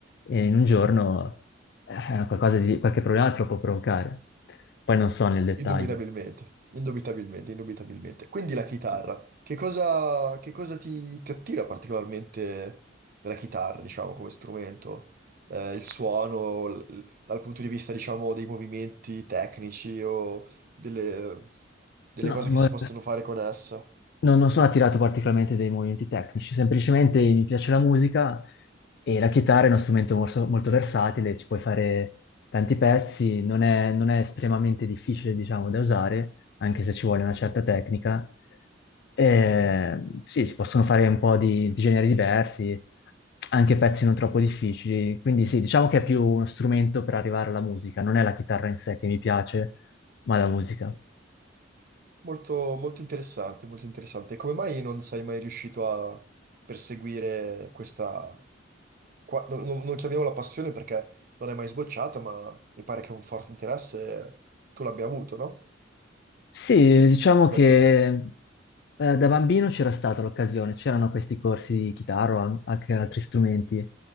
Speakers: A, on the left; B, on the right.
A: eh, in un giorno, eh, qualcosa di, qualche problema te lo può provocare. Poi non so nel dettaglio.
B: Indubitabilmente, indubitabilmente, indubitabilmente. Quindi la chitarra, che cosa, che cosa ti, ti attira particolarmente della chitarra, diciamo, come strumento? Eh, il suono, l- dal punto di vista, diciamo, dei movimenti tecnici o delle, delle
A: No,
B: cose
A: mo-
B: che si possono fare con essa?
A: non, non sono attirato particolarmente dai movimenti tecnici, semplicemente mi piace la musica e la chitarra è uno strumento morso- molto, versatile, ci puoi fare tanti pezzi, non è, non è estremamente difficile, diciamo, da usare, anche se ci vuole una certa tecnica. Eh, sì, si possono fare un po' di, di generi diversi, anche pezzi non troppo difficili, quindi sì, diciamo che è più uno strumento per arrivare alla musica, non è la chitarra in sé che mi piace, ma la musica.
B: Molto, molto interessante, molto interessante. E come mai non sei mai riuscito a perseguire questa, qua- no- no- non chiamiamola passione perché non è mai sbocciata, ma mi pare che un forte interesse tu l'abbia avuto, no?
A: Sì, diciamo che
B: Per... <laughs>
A: eh, da bambino c'era stata l'occasione, c'erano questi corsi di chitarra o an- anche altri strumenti